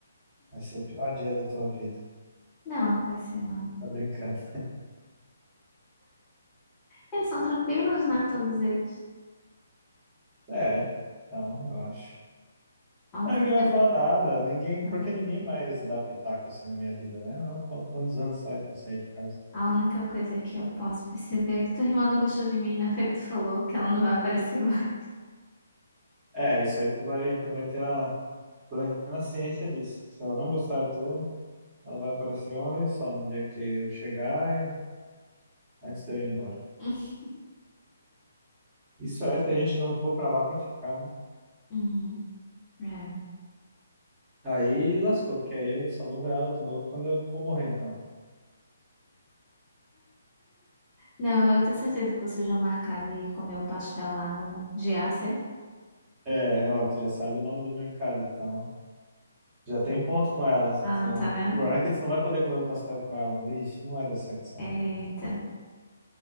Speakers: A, on the right; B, on the left.
A: Vai ser o pior dia da tua vida.
B: Não, não vai ser, não.
A: <laughs> Tá brincando.
B: Eles são tranquilos, né? Todos eles.
A: É, então, eu acho.
B: A única
A: Ah, ninguém
B: coisa.
A: vai falar nada, ninguém,
B: Aham.
A: porque ninguém mais dá pitaco assim na minha vida, né? Ah, qu- Quantos anos faz que eu saí de casa?
B: A única coisa que eu posso perceber é que tua irmã não gostou de mim, né? <laughs> Feito falou que ela não vai aparecer mais.
A: É, isso aí tu vai, tu vai ter a plena ciência disso. Se ela não gostar de tu, ela vai aparecer uma vez só no dia que eu chegar e antes de eu ir embora.
B: <laughs>
A: Isso é se a gente não for pra lá pra ficar, né?
B: Uhum. É.
A: Aí lascou, porque aí eu só vou ver ela de novo quando eu for morrer, então.
B: Não, eu tenho certeza que vocês vão marcar de comer o pastel lá no GAC.
A: É, ó, tu já sabe o nome do mercado, então. Já tem ponto com ela. se
B: Ah,
A: tu-
B: tá vendo?
A: O problema é que tu não vai poder comer o pastel com ela. Ixi, não vai dar certo isso.
B: Eita.
A: não.